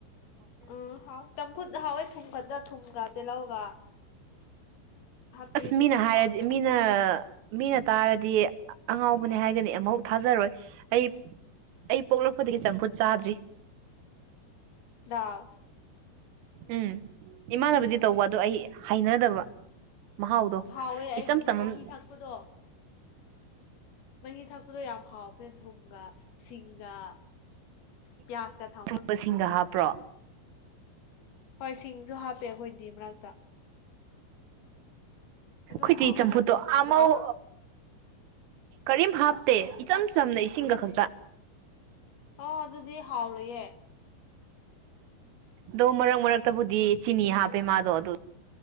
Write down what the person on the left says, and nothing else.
ꯎꯝ ꯍꯥꯎ ꯆꯝꯐꯨꯠ ꯍꯥꯎꯋꯦ ꯊꯨꯝ ꯈꯛꯇ ꯊꯨꯝꯒ ꯇꯤꯜꯍꯧꯒ ꯍꯥꯞꯄꯤꯔꯗꯤ
ꯑꯗꯨꯝ
ꯍꯥꯎꯋꯦꯗ
ꯗꯥꯜ
ꯎꯝ
ꯍꯥꯎꯋꯦ ꯑꯩꯒꯤꯗꯤ
ꯃꯍꯤ
ꯊꯛꯄꯗꯣ ꯃꯍꯤ ꯊꯛꯄꯗꯣ ꯌꯥꯝ ꯍꯥꯎꯕꯅꯦ ꯊꯨꯝꯒ ꯁꯤꯡꯒ ꯄꯤꯌꯥꯁꯀ ꯊ
ꯍꯣꯏ ꯁꯤꯡꯁꯨ ꯍꯥꯞꯄꯦ ꯑꯩꯈꯣꯏꯗꯤ ꯃꯔꯛꯇ ꯑꯗꯨꯝ
ꯍꯥꯎꯋꯦꯗ
ꯑꯗꯨ ꯑꯩꯈꯣꯏ
ꯅꯪ
ꯑ ꯑꯗꯨꯗꯤ ꯍꯥꯎꯔꯣꯏꯌꯦ